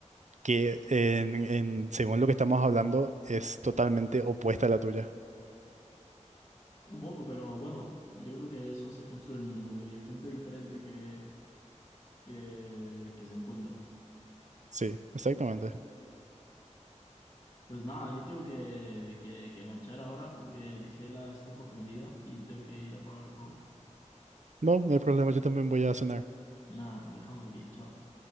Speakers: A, on the right; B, on the left.
A: que, en, en- según lo que estamos hablando, es totalmente opuesta a la tuya.
B: Un poco, pero bueno, yo creo que eso se construye el mundo de gente diferente que, que, que se encuentra.
A: Sí, exactamente.
B: Pues nada, yo tengo que, que, que marchar ahora porque dejé la estufa prendida y tengo que ir a apagar el fuego.
A: No, no hay problema, yo también voy a cenar.
B: Nada, dejamos aquí. Chao.